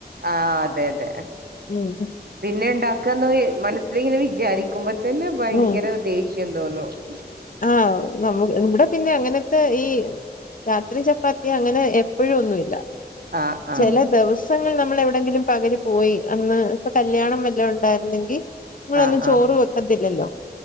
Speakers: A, on the right; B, on the left.
A: ആ അതെ അതെ
B: ഉം
A: പിന്നെ ഉണ്ടാക്കാന്ന് മനസ്സിൽ ഇങ്ങനെ വിചാരിക്കുമ്പോ തന്നെ ഭയങ്കര
B: ഉം
A: ദേഷ്യ ഷ്യം തോന്നുന്നും
B: ആഹ് നമ്മ ഇവടേ പിന്നെ അങ്ങനത്തെ ഈ രാത്രി ചപ്പാത്തി. അങ്ങനെ എപ്പോഴൊന്നുല്ല.
A: ആഹ് ആഹ്
B: ചില ദിവ സങ്ങളിൽ നമ്മൾ എവിടെയെങ്കിലും പകല് പോയി. അന്ന് ഇപ്പ കല്യാണം വെല്ലോം ണ്ടായിരുന്നെങ്കി. നമ്മളൊന്നും
A: ആഹ്
B: ചോറ്
A: ആഹ്
B: വെക്കത്തില്ലല്ലോ.